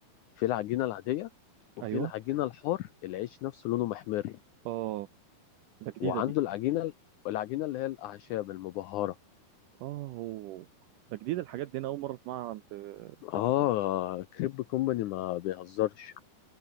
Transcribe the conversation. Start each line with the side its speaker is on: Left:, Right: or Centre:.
Left: في العجينة العادية وفي
Right: ايوه
Left: العجينة الحار العيش نفسه لونه محمر
Right: اه ده جديده
Left: وعنده
Right: دي
Left: العجينة العجينة اللي هي الأعشاب المبهرة
Right: اه هو ده جديده الحاجات دي انا اول مره اسمعها عند آه،
Left: آه
Right: كريب كومباني
Left: كريب كومباني ما بيهزرش